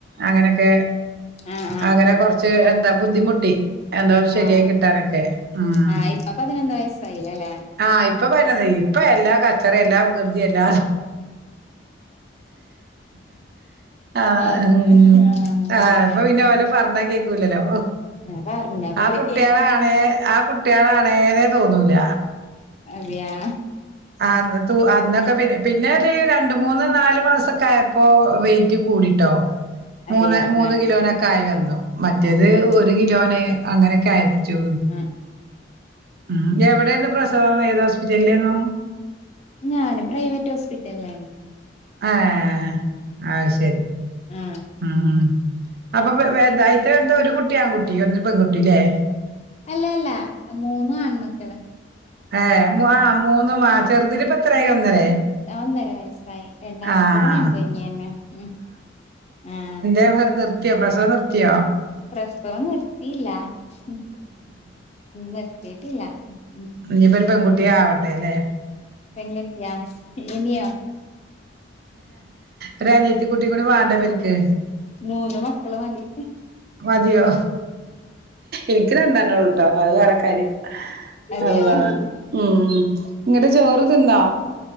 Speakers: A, on the right (about 55°); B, on the left (about 35°).
A: അങ്ങനെയൊക്കെ
B: ആഹ്
A: അങ്ങനെ കൊറച്ച് എന്താ ബുദ്ധിമുട്ടി എന്തോന്ന് ശരിയായി
B: ആ
A: കിട്ടാനൊക്കെ ഉം
B: ആ ഇപ്പ പതിനൊന്ന് വയസ്സായില്ലല്ലേ
A: ആഹ് ഇപ്പൊ പിന്നെന്ത ഇപ്പയെല്ലാ കച്ചറെയെല്ലാ വികൃതി എല്ലാ ആഹ്
B: അതെ
A: ഉം
B: ആ അങ്ങനെ
A: ആഹ് പിന്നെ ഓലെ പറഞ്ഞ കേക്കൂലല്ലോ
B: പറഞ്ഞ പോലെ
A: ആകുട്യാളാണ്
B: കേക്കുന്നില്ല
A: ആ കു ട്ട്യാളാണേനേ തോന്നൂല
B: അതെയാ
A: ആ അന്ന് തൂ അന്നൊക്കെ
B: ആ
A: പിന്നെയും പിന്നൊര് രണ്ട് മൂന്ന് നാല് മാസൊക്കായപ്പോ വെയിറ്റ് കൂടിട്ടോ മൂന്ന്
B: അതെയാ
A: മൂന്ന്
B: ആ
A: കിലോനൊക്കെ ആയി വന്നു മറ്റേത്
B: ആ ആ
A: ഒരു കിലോന് അങ്ങനൊക്കെ ആയിറ്റു
B: ആ
A: ഉം എവിടേന്നു പ്രസവം ഏത് ഹോസ്പിറ്റൽലേന്നു
B: ഞാന് പ്രൈവറ്റ് ഹോസ്പിറ്റൽലാണ്.
A: ഏഹ് അയ്ശരി
B: ആ
A: ഉം ഉം അപ്പൊ വ ഇതായിറ്റ എന്തോ ഒരു കുട്ടി ആൺകുട്ടി ഒന്ന് പെൺകുട്ടില്ലേ
B: അല്ലല്ല മൂന്നും ആൺമക്കള്
A: ഏഹ് മൂ ആഹ് മൂന്ന് ആ ചെറുതിന്പ്പെത്രായി ഒന്നരേ
B: ഒന്നര വയസ്സായി രണ്ടാമത്തതും
A: ആഹ്
B: ആൺകുഞ്ഞെന്നെ ഉം ആഹ്
A: എങ്ങ് ന്ർ ത്തിയോ പ്രസവം നിർത്തിയോ?
B: പ്രസവം നിർത്തിയില്ല ഉം നിർത്തീട്ടില്ല ഉം
A: ഇഞ്ഞ്പ്പൊരു പെൺകുട്ടിയാവട്ടെ അല്ലേ
B: പെൺകുട്ടിയാ ഇനിയോ
A: ഒരനിയത്തി കുട്ടി കൂടി വാണ്ടെ ഇവര്ക്ക്
B: മൂന്ന് മക്കള് മതി
A: മതിയോ എന്ക്ക് രണ്ടെണ്ണൊള്ളൂ ട്ടോ അത് വേറെ കാരൃം
B: അതെയ
A: അള്ളാ
B: ഉം
A: ഉം ഇങ്ങട്ട് ചോറ് തിന്നാ